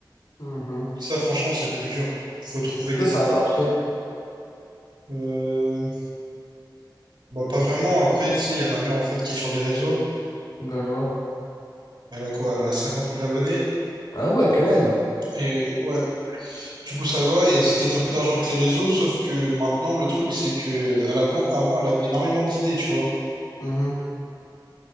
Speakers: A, on the left; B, on the right.
A: Mhm.
B: Et ça, franchement, c'est le plus dur. Faut trouver
A: Est-ce que
B: des
A: ça
B: idées
A: a marché?
B: tout le temps. Euh, bah pas vraiment. Après, tu sais, il y a ma mère en fait qui est sur les réseaux.
A: D'accord.
B: Elle a quoi? Elle a 50 000 abonnés.
A: Ah ouais, quand même.
B: Et ouais, du coup ça va. Et elle se gagne un peu d'argent avec les réseaux. Sauf que maintenant, le truc, c'est que à l'avant, avant, elle avait énormément d'idées, tu vois.
A: Mhm,